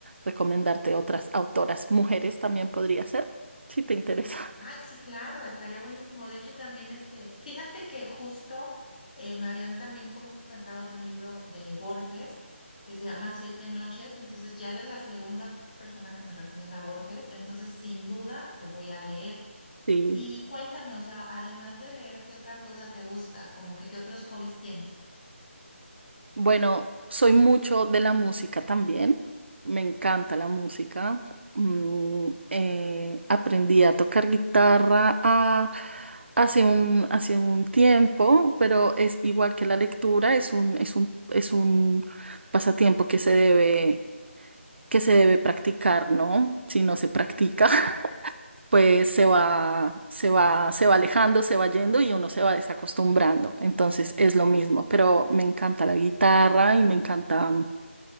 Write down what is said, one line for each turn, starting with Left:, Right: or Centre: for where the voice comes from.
Right: recomendarte otras autoras. Mujeres también podría ser, si te interesa.
Left: Ay,
Right: <laughs>
Left: sí, claro, estaría buenísimo. De hecho, también este, fíjate que justo eh, me habían también comentado de un libro de Borges que se llama Siete Noches, entonces ya eres la segunda persona que me recomienda Borges, entonces sin duda lo voy a leer.
Right: Sí.
Left: Y cuéntame, o sea, además de leer, ¿qué otra cosa te gusta? Como que qué otros hobbies tienes.
Right: Bueno, soy mucho de la música también. Me encanta la música. Mm, eh, aprendí a tocar guitarra a- hace un, hace un tiempo, pero es igual que la lectura, es un, es un, es un pasatiempo que se debe, que se debe practicar, ¿no? Si no se practica pues se va, se va, se va alejando, se va yendo y uno se va desacostumbrando. Entonces es lo mismo, pero me encanta la guitarra y me encanta